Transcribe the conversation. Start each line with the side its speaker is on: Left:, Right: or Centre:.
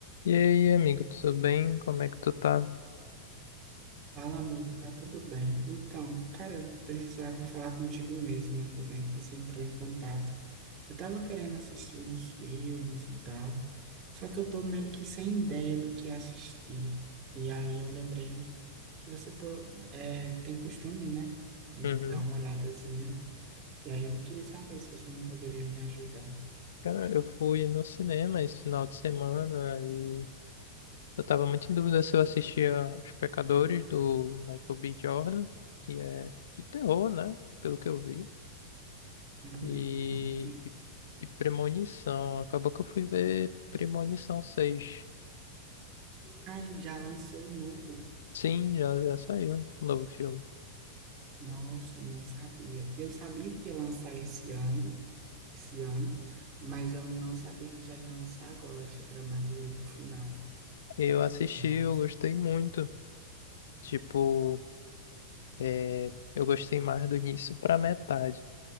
Left: E aí, amigo, tudo bem? Como é que tu tá?
Right: Fala, amigo, tá tudo bem? Então, cara, eu precisava falar contigo mesmo, né? ainda bem que você entrou em contato. Eu tava querendo assistir uns filmes e tal, só que eu tô meio que sem ideia do que assistir. E aí eu lembrei que você pô, é, tem costume, né, de
Left: Uhum.
Right: dar uma olhadazinha. E aí eu queria saber se você não poderia me ajudar.
Left: Cara, eu fui no cinema esse final de semana e eu tava muito em dúvida se eu assistia Os Pecadores do Michael B. Jordan, que é de terror, né? Pelo que eu vi.
Right: Hum,
Left: E,
Right: não conheço.
Left: e, e Premonição. Acabou que eu fui ver Premonição 6.
Right: Ai, já lançou o novo?
Left: Sim, já, já saiu o novo filme.
Right: Nossa, eu não sabia. Eu sabia que ia lançar esse ano. esse ano, mas eu não sabia que já ia lançar agora, eu achei que era mais ali pro final.
Left: Eu assisti,
Right: Nossa,
Left: eu gostei muito. Tipo, é, eu gostei mais do início pra metade.